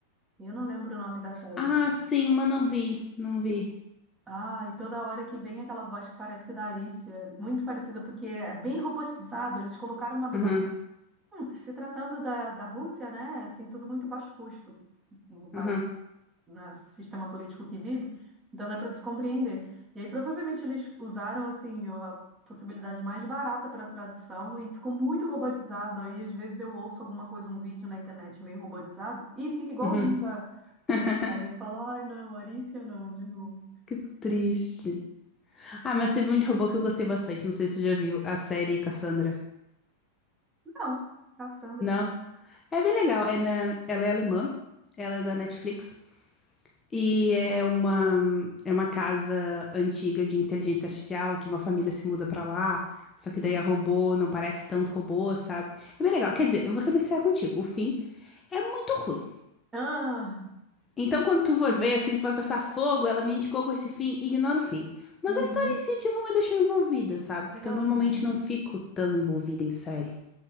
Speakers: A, on the right; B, on the left.
A: Eu não lembro o nome da série.
B: Ah, sim, mas não vi, não vi.
A: Ah, e toda hora que vem aquela voz que parece da Alicia, muito parecida, porque é bem robotizado, eles colocaram uma dublagem.
B: Uhum,
A: Hum, se tratando da, da Rússia, né? Assim, tudo muito baixo custo no país,
B: uhum,
A: no sistema político que vive, então dá para se compreender. E aí provavelmente eles usaram, assim, a possibilidade mais barata para tradução e ficou muito robotizado. Aí às vezes eu ouço alguma coisa, um vídeo na internet meio robotizado e fica igualzinho
B: uhum.
A: da, o
B: <laughs>
A: da série. Eu falo, ai não, Alicia não, de novo.
B: Que triste. Ah, mas teve um de robô que eu gostei bastante, não sei se você já viu, a série Cassandra.
A: Não, Cassandra.
B: Não?
A: né?
B: É bem legal, é na... ela é alemã, ela é da Netflix. E é uma, é uma casa antiga de inteligência artificial que uma família se muda pra lá. Só que daí a robô não parece tanto robô, sabe? É bem legal. Quer dizer, eu vou ser bem sincera contigo. O fim é muito ruim.
A: Ah,
B: Então, quando tu for ver, assim, tu vai passar fogo, ela me indicou com esse fim, ignora o fim. Mas
A: uhum,
B: a história em si, tipo, me deixou envolvida, sabe? Porque
A: legalzinho.
B: eu normalmente não fico tão envolvida em série.